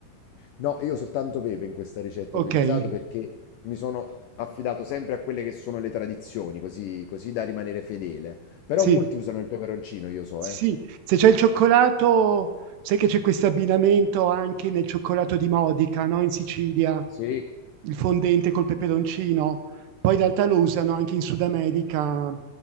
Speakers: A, on the left; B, on the right.
A: No, io soltanto pepe in questa ricetta
B: Okay,
A: ho utilizzato perché mi sono affidato sempre a quelle che sono le tradizioni, così, così da rimanere fedele. Però
B: sì.
A: molti usano il peperoncino, io so,
B: Sì,
A: eh.
B: se c'è il cioccolato sai che c'è questo abbinamento anche nel cioccolato di Modica, no, in Sicilia,
A: Sì,
B: il fondente col peperoncino. Poi in realtà lo usano anche in Sud America,